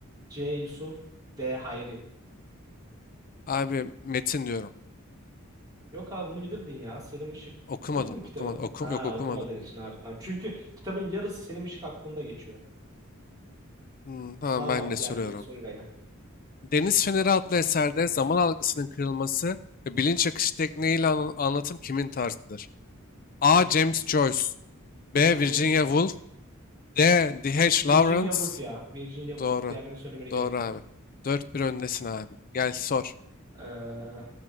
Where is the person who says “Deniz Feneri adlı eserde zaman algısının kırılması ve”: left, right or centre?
Left